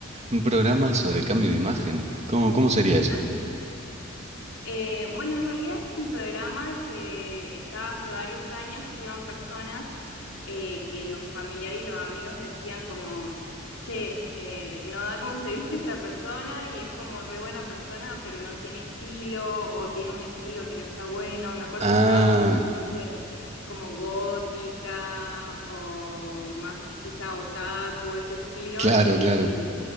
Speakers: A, on the right; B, on the left.
A: Un programa sobre cambio de imagen. ¿Cómo, cómo sería eso?
B: Ah, eh, bueno, en realidad es un programa que estaba hace varios años que iban personas eh, que los familiares y los amigos decían como, che, eh, no da como se viste esta persona y es como re buena persona, pero no tiene estilo o tiene un estilo que no está bueno. Me acuerdo
A: Ah,
B: que llevaba mucha gente como gótica o más quizá otaku, ese estilo,
A: claro,
B: y
A: claro.